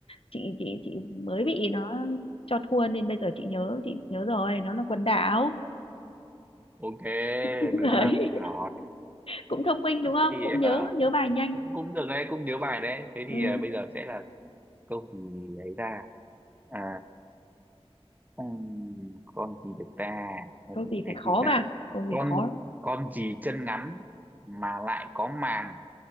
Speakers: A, on the left (about 65°); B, on the right (about 15°).
A: chị chị chị mới bị nó cho thua nên bây giờ chị nhớ chị nhớ rồi nó là quần đảo
B: ok
A: <laughs>
B: được
A: Đấy.
B: rồi
A: cũng thông minh
B: thế
A: đúng không
B: thì
A: cũng nhớ
B: ờ,
A: nhớ bài nhanh
B: cũng cũng được đấy cũng nhớ bài đấy thế thì
A: ừ.
B: ờ, bây giờ sẽ là câu gì ấy ra à, ừm, con gì được ta Hay
A: câu
B: là
A: gì
B: cái
A: phải khó
B: gì được ta
A: vào câu gì
B: con
A: khó
B: con gì chân ngắn mà lại có màng